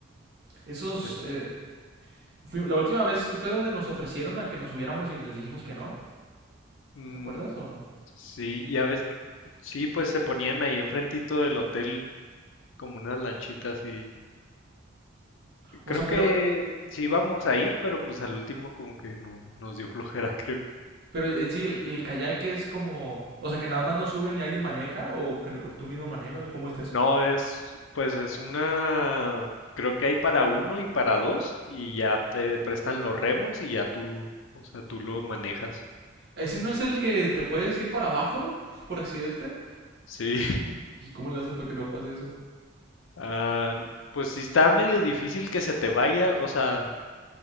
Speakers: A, on the right; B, on the left.
A: Esos,
B: Eh,
A: eh, fui- la última vez fue donde nos ofrecieron a que nos subiéramos y les dijimos que no.
B: mm,
A: ¿Te acuerdas o no?
B: sí, ya ves, que- sí, pues se ponían ahí enfrentito del hotel como unas lanchitas y
A: O
B: creo
A: sea, pero,
B: que sí íbamos a ir, pero pues al último como que no nos dio flojera, <laughs> creo.
A: pero eh, sí, el, el kayak es como, o sea, que nada más nos suben y alguien maneja o que no- tú mismo manejas o cómo está eso.
B: No, es, pues es una, creo que hay para uno y para dos y ya te prestan los remos y ya tú, o sea, tú lo manejas.
A: ¿Ese no es el que te puedes ir para abajo <laughs> por accidente?
B: Sí,
A: ¿Y cómo le haces para que no pase eso?
B: Ah, pues sí está medio difícil que se te vaya, o sea,